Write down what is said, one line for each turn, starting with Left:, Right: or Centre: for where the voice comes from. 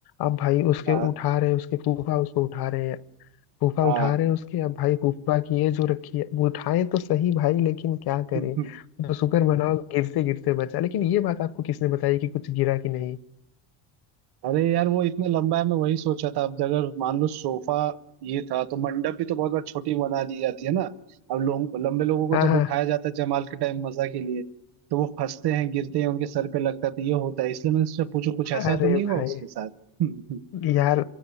Left: अब भाई उसके
Right: हाँ
Left: उठा रहे हैं उसके फूफा उसको उठा रहे हैं फूफा
Right: हाँ
Left: उठा रहे हैं उसके अब भाई फूफा की ये जो रखी है अब उठाए तो सही भाई लेकिन क्या
Right: <laughs>
Left: करे तो शुक्र मनाओ गिरते गिरते बचा लेकिन ये बात आपको किसने बताई कि कुछ गिरा कि नहीं
Right: अरे यार वो इतना लंबा है मैं वही सोचा था अब अगर मान लो सोफा ये था तो मंडप भी तो बहुत बार छोटी बना दी जाती है ना अब लोग लंबे लोगों को
Left: हाँ
Right: जब
Left: हाँ
Right: उठाया जाता है जमाल के टाइम मजा के लिए तो वो फंसते हैं गिरते हैं उनके सर पे लगता है तो ये होता है इसलिए मैंने उससे पूछू कुछ ऐसा
Left: हाँ अरे
Right: तो नहीं
Left: भाई
Right: हुआ उसके साथ <laughs> हम्म,
Left: यार